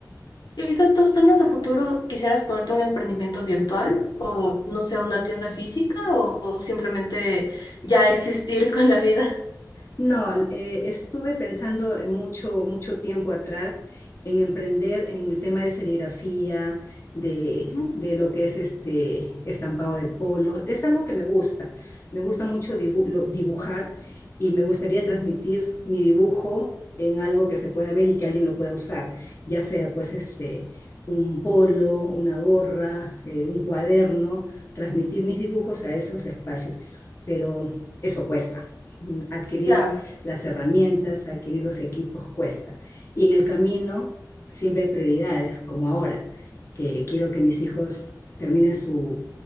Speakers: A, on the left (about 70°); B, on the left (about 35°).
A: ¿Y de tus planes a futuro quisieras ponerte un emprendimiento virtual o no sé, una tienda física o, o simplemente ya existir con la vida?
B: No, eh, estuve pensando en mucho, mucho tiempo atrás en emprender en el tema de serigrafía, de,
A: Ujú,
B: de lo que es este estampado de polo. Es algo que me gusta. Me gusta mucho dibu- lo- dibujar y me gustaría transmitir mi dibujo en algo que se pueda ver y que alguien lo pueda usar, ya sea pues este un polo, una gorra, eh, un cuaderno, transmitir mis dibujos a esos espacios. Pero eso cuesta mm, adquirir
A: Claro,
B: las herramientas, adquirir los equipos cuesta. Y en el camino siempre hay prioridades, como ahora, que quiero que mis hijos terminen su,